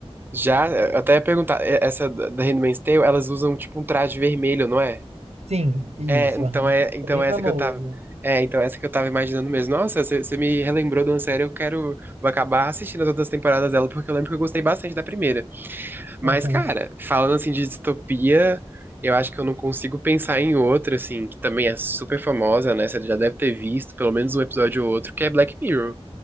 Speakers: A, on the right; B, on the right.
A: Já, eu até ia perguntar, é- essa da da Handmaid's Tale, elas usam tipo um traje vermelho, não é?
B: Sim, isso,
A: É, então
B: aham.
A: é, então
B: É bem
A: é
B: famoso.
A: essa que eu tava. É, então é essa que eu tava imaginando mesmo. Nossa, você você me relembrou de uma série, eu quero. Vou acabar assistindo as outras temporadas dela, porque eu lembro que eu gostei bastante da primeira. Mas,
B: <laughs>
A: cara, falando assim de distopia, eu acho que eu não consigo pensar em outra, assim, que também é super famosa, né? Você já deve ter visto pelo menos um episódio ou outro, que é Black Mirror.